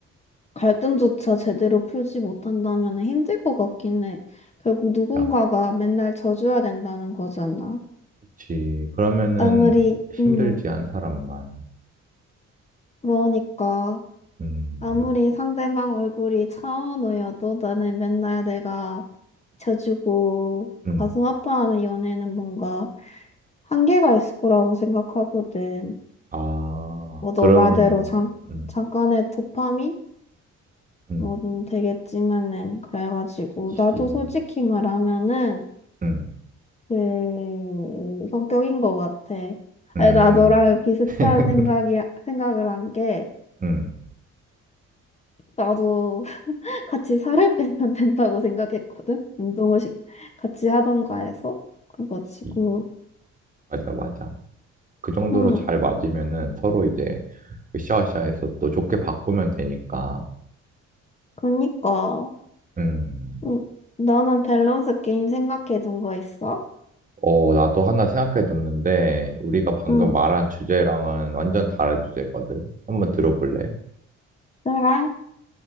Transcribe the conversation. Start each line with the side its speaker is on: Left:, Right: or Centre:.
Left: 갈등조차 제대로 풀지 못한다면 힘들 것 같긴 해. 결국 누군가가
Right: 자,
Left: 맨날 져줘야 된다는 거잖아.
Right: 그치. 그러면은
Left: 아무리,
Right: 힘들지
Left: 음,
Right: 않은 사람만.
Left: 그러니까.
Right: 음,
Left: 아무리 상대방 얼굴이 차은우여도 나는 맨날 내가 져주고
Right: 음.
Left: 가슴 아파하는 연애는 뭔가 한계가 있을 거라고 생각하거든.
Right: 아,
Left: 뭐 너
Right: 그럼,
Left: 말대로 잠,
Right: 음,
Left: 잠깐의 도파민?
Right: 음,
Left: 뭐든 되겠지만은 그래가지고
Right: 지,
Left: 나도 솔직히 말하면은
Right: 음,
Left: 그 성격인 것 같아.
Right: 음,
Left: 아니, 나 너랑 비슷한
Right: <laughs>
Left: 생각이 생각을 한 게
Right: 음.
Left: 나도 같이 살을 빼면 <laughs> 된다고 생각했거든. 운동을 시- 같이 하던가 해서 그래가지고
Right: 지. 맞아, 맞아. 그 정도로
Left: 응
Right: 잘 맞으면은 서로 이제 으쌰으쌰해서 또 좋게 바꾸면 되니까.
Left: 그니까
Right: 음.
Left: 응 너는 밸런스 게임 생각해둔 거 있어?
Right: 어, 나도 하나 생각해뒀는데 우리가 방금
Left: 응
Right: 말한 주제랑은 완전 다른 주제거든. 한번 들어볼래?
Left: 그래?